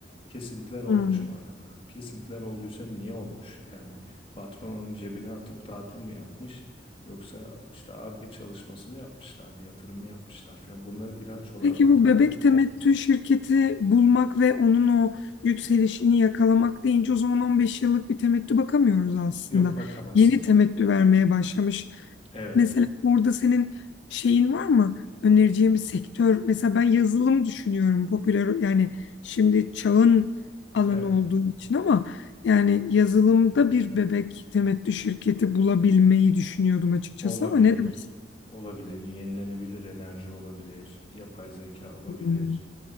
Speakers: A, on the left; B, on the left.
A: Kesintiler olmuş
B: Hmm.
A: mu arada? Kesintiler olduysa niye olmuş? Yani patronun cebine atıp tatil mi yapmış? Yoksa işte Ar-Ge çalışması mı yapmışlar, yatırım mı yapmışlar falan. Bunları bilançolardan
B: Peki bu
A: takip
B: bebek
A: etmen
B: temettü
A: lazım.
B: şirketi bulmak ve onun o yükselişini yakalamak deyince o zaman 15 yıllık bir temettü bakamıyoruz aslında.
A: Yok bakamazsın.
B: Yeni temettü vermeye başlamış.
A: Evet.
B: Mesela orada senin şeyin var mı? Önereceğin bir sektör. Mesela ben yazılım düşünüyorum. Popüler yani şimdi çağın alanı
A: Evet.
B: olduğu için ama yani yazılımda bir bebek temettü şirketi bulabilmeyi düşünüyordum açıkçası
A: Olabilir.
B: ama ne dersin?
A: Olabilir. Yenilenebilir enerji olabilir. Yapay zeka olabilir.
B: Hmm.